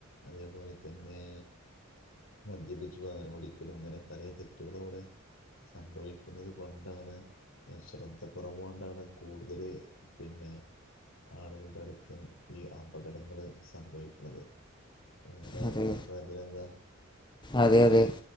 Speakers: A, on the left (about 65°); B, on the left (about 20°).
A: അതേപോലെ തന്നെ. മദ്യപിച്ചു വാഹനംഓടിക്കലും ഇങ്ങനെ പലേ തെറ്റുകളു ഔടെ സംഭവിക്കുന്നത് കൊണ്ടാണ്. ശ്രദ്ധ കൊറവോണ്ടാണ് കൂടുതല് പിന്നെ. ആളുകൾടെ അടുത്തും ഈ അപകടങ്ങള് സംഭവിക്കണത് നിങ്ങടെ
B: അതെ
A: അഭിപ്രായത്തിലെന്താ
B: അതെ അതെ